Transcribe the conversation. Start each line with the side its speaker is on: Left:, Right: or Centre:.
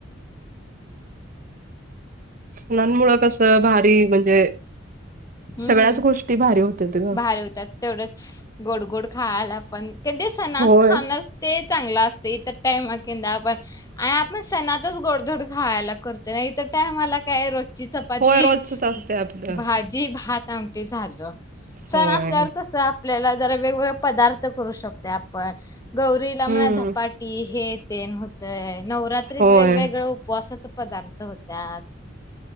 Right: सणांमुळे कसं भारी म्हणजे
Left: हम्म
Right: सगळ्याच गोष्टी भारी होत्यात ग.
Left: बाहेर होतात तेवढंच गोड गोड हा आला पण क सणात
Right: होय
Left: खाण ते चांगलं अस इतर टाइमला आपण आणि आपण सणातच गोडधोड खायला करतो नाही तर टाइमला काय रोजच ची चपाती-
Right: होय रोजचच असते आपलं
Left: भाजी भात -आमटी झालं सण
Right: होय
Left: असल्यावर कस आपल्याला जरा वेगवेगळे पदार्थ करू शकतो आपण गौरीला
Right: हम्म
Left: म्हणा धपाटी हेत प्रेम होतंय नवरात्रीत
Right: होय.
Left: वेगवेगळ्या उपवासाचं पदार्थ होत्यात